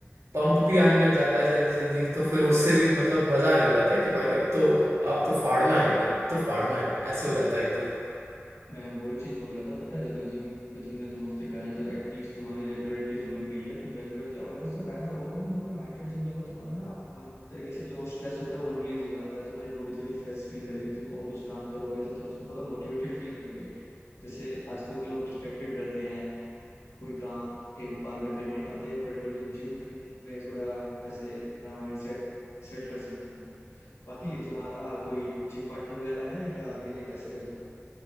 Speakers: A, on the right (about 80°); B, on the left (about 80°).
A: पंप भी आने लग जाता है जल्दी जल्दी तो फिर उससे भी मतलब मजा आने लग जाता है कि भाई अब तो आप तो फाड़ना है एकदम अब तो फाड़ना है ऐसे हो जाता है एकदम
B: मैं वही चीज बोल रहा था पता है देखो जिम अभी तुमने दो हफ्ते करा है तो एटलीस्ट तुम्हारी रेगुलरिटी तो बन गई है तुम रेगुलर जाओ यार उससे फायदा होगा तुम्हें तुम्हारा माइंडसेट चेंज होगा तुम्हारा ना आ, तरीके से जो स्ट्रेस होता है वो रिलीज हो जाता है तुम्हारी बॉडी थोड़ी फ्रेश फील करेगी तुम और कुछ काम करोगे तो तुम उसमें थोड़ा मोटिवेटेड फील करोगे जैसे आजकल के लोग डिस्ट्रैक्टेड रहते हैं कोई काम एक बार में कर नहीं पाते बट अगर तुम जिम में थोड़ा ऐसे अपना माइंड सेट सेट कर सकते हो बाकी तुम्हारा कोई जिम पार्टनर वगैरह है या क्या अकेले कैसे करते हो